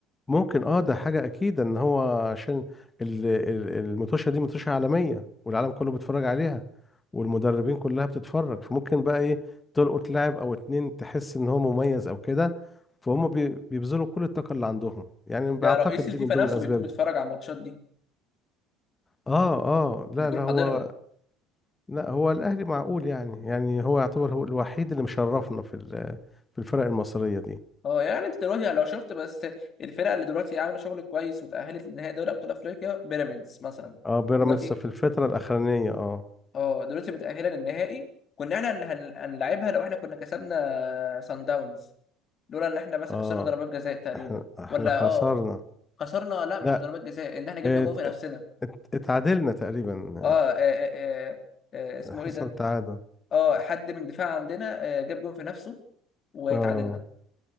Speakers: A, on the left; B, on the left.
A: ممكن اه ده حاجة أكيد إن هو عشان ال- ال- المطوشة دي مطوشة عالمية والعالم كله بيتفرج عليها والمدربين كلها بتتفرج فممكن بقى إيه تلقط لاعب أو اتنين تحس إن هو مميز أو كده فهم بي- بيبذلوا كل الطاقة اللي عندهم يعني
B: ده
A: بعتقد
B: رئيس الفيفا
A: دي من ضمن
B: نفسه
A: الأسباب
B: بيكون بيتفرج
A: دي
B: على الماتشات دي
A: اه اه لا
B: بيكون
A: لا
B: حاضرها
A: هو لا هو الأهلي معقول يعني يعني هو يعتبر هو الوحيد اللي مشرفنا في ال- في الفرق المصرية دي
B: اه يعني انت دلوقتي يعني لو شفت بس الفرقه اللي دلوقتي عامله شغل كويس وتاهلت لنهائي دوري ابطال افريقيا بيراميدز مثلا
A: اه بيراميدز
B: دلوقتي
A: في الفترة الأخرانية اه
B: اه دلوقتي متاهله للنهائي كنا احنا اللي هن- هنلعبها لو احنا كنا كسبنا سان داونز لولا ان احنا بس
A: اه
B: خسرنا ضربات جزاء تقريبا
A: احنا احنا
B: ولا
A: خسرنا
B: اه خسرنا لا مش
A: لا
B: ضربات جزاء ان احنا جبنا
A: ات...
B: جول في نفسنا
A: ات... اتعادلنا تقريبا
B: اه, آه, آه, آه, آه اسمه
A: آه، حصل
B: ايه ده
A: تعادل
B: اه حد من دفاع عندنا آه جاب جول في نفسه وتعادلنا
A: اه